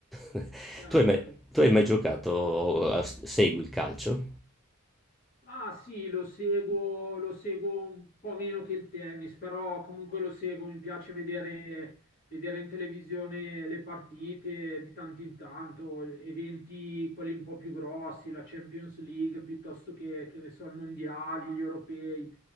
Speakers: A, in the centre; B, on the left (about 45°).
A: <laughs>
B: ecco.
A: Tu hai mai, tu hai mai giocato, a- segui il calcio?
B: Ah sì, lo seguo, lo seguo un po' meno che il tennis, però comunque lo seguo, mi piace vedere, vedere in televisione le partite di tanto in tanto, eventi quelli un po' più grossi, la Champions League piuttosto che, che ne so, i mondiali, gli europei.